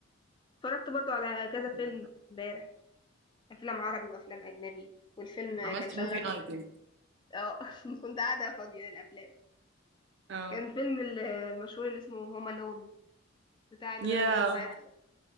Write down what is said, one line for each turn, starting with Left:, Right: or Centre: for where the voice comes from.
Left: اتفرجت برضو على كذا
Right: ده.
Left: فيلم امبارح افلام عربي وافلام اجنبي والفيلم كان
Right: عملتي
Left: شغال
Right: موفي نايت
Left: في
Right: يعني
Left: اه <laughs> كنت قاعده فاضيه للافلام
Right: اه
Left: كان فيلم ال- المشهور اللي اسمه هوم الون بتاع الولد
Right: يا
Left: الصغير اللي